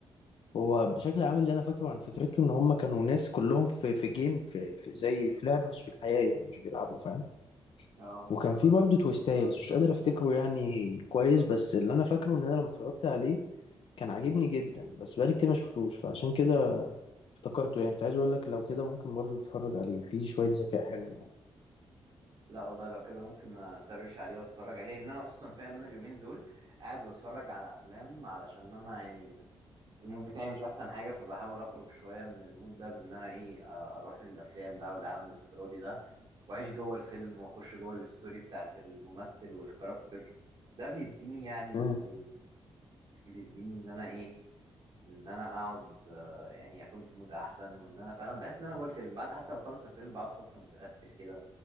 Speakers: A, on the left (about 65°); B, on the right (about 45°).
A: هو بشكل عام اللي انا فاكره عن فكرته ان هم كانوا ناس كلهم في في جيم في, في زي في لعبه بس في الحياه يعني مش بيلعبوا فاهم
B: اه
A: وكان في برضه تويستايه بس مش قادر افتكره يعني كويس بس اللي انا فاكره ان انا لما اتفرجت عليه كان عاجبني جدا بس بقالي كتير ما شفتوش فعشان كده افتكرته يعني كنت عايز اقول لك لو كده ممكن برضه تتفرج عليه فيه شويه ذكاء حلو يعني
B: لا والله لو كده ممكن اسرش عليه واتفرج عليه ان انا اصلا فاهم انا اليومين دول قاعد بتفرج على افلام علشان انا يعني المود بتاعي مش احسن حاجه فبحاول اخرج شويه من المود ده بان انا ايه آه، اروح للافلام بقى والعالم الافتراضي ده واعيش جوه الفيلم واخش جوه الستوري بتاعت الممثل والكاركتر ده بيديني يعني
A: امم
B: بيديني ان انا ايه ان انا اقعد آه، يعني اكون في مود احسن وان انا فعلا بحس ان انا جوه الفيلم بعد حتى ما اخلص الفيلم بقعد فتره متاثر كده